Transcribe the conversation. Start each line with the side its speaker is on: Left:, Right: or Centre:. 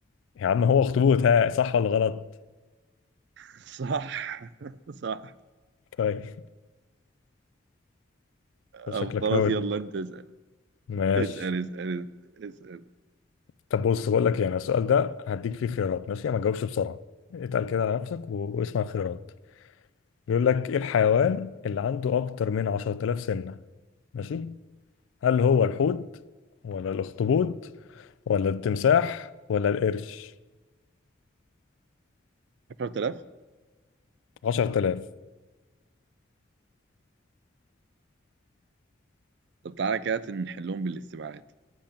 Left: يا عم هو اخطبوط ها صح ولا غلط
Right: <laughs> صح <laughs> صح
Left: طيب <laughs> شكلك
Right: طب خلاص
Left: نود
Right: يلا انت اسال
Left: ماشي
Right: اسال اسال اسال
Left: طب بص بقول لك ايه انا السؤال ده هديك فيه خيارات ماشي ما تجاوبش بسرعه اتقل كده على نفسك و- واسمع الخيارات بيقول لك ايه الحيوان اللي عنده اكتر من 10000 سنه ماشي هل هو الحوت ولا الأخطبوط ولا التمساح ولا القرش
Right: 10000
Left: عشرة آلاف
Right: طب تعالى كده نحلهم بالاستبعاد